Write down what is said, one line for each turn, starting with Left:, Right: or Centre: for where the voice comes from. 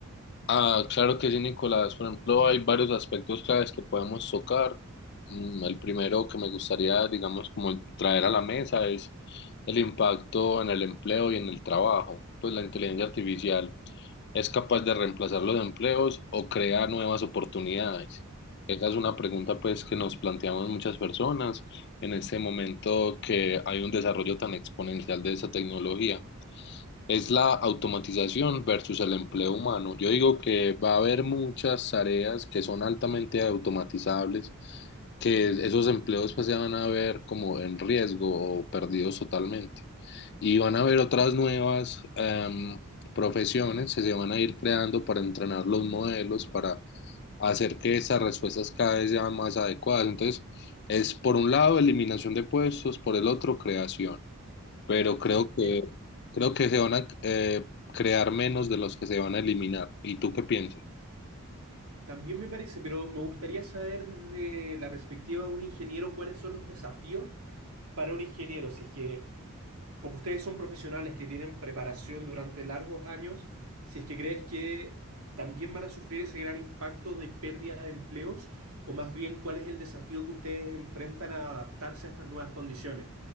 Left: Ah, claro que sí, Nicolás. Por ejemplo, hay varios aspectos claves que podemos tocar. Mm, El primero que me gustaría, digamos, como traer a la mesa es el impacto en el empleo y en el trabajo. Pues la inteligencia artificial es capaz de reemplazar los empleos o crear nuevas oportunidades. Esa es una pregunta, pues, que nos planteamos muchas personas en este momento que hay un desarrollo tan exponencial de esa tecnología. Es la automatización versus el empleo humano. Yo digo que va a haber muchas tareas que son altamente automatizables, que esos empleos pues se van a ver como en riesgo o perdidos totalmente. Y van a haber otras nuevas em, profesiones que se van a ir creando para entrenar los modelos, para hacer que esas respuestas cada vez sean más adecuadas. Entonces, es por un lado eliminación de puestos, por el otro creación pero creo
Right: Sebastián,
Left: que creo que se van a eh, crear menos de los que se van a eliminar. ¿Y tú qué piensas?
Right: también me parece, pero me gustaría saber desde la perspectiva de un ingeniero cuáles son los desafíos para un ingeniero, si es que Como ustedes son profesionales que tienen preparación durante largos años, si es que crees que también van a sufrir ese gran impacto de pérdida de empleos, o más bien cuál es el desafío que ustedes enfrentan a adaptarse a estas nuevas condiciones.